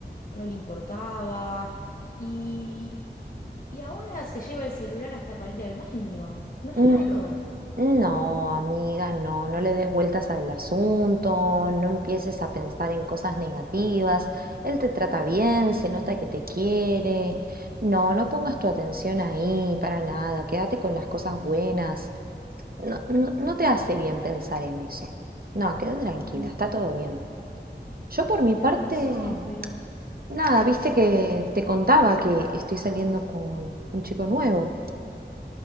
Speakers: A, on the left; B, on the right.
A: no le importaba. Y, y ahora se lleva el celular hasta para ir al baño. ¿No es
B: mm,
A: raro?
B: No, amiga, no, no le des vueltas al asunto, no empieces a pensar en cosas negativas. Él te trata bien, se nota que te quiere. No, no pongas tu atención ahí, para nada, quédate con las cosas buenas. No, no, no te hace bien pensar en eso. No, quédate tranquila,
A: Mm.
B: está todo bien. Yo por mi
A: Tenés
B: parte,
A: razón, pero
B: nada,
A: no
B: viste
A: sé.
B: que te contaba que estoy saliendo con un chico nuevo.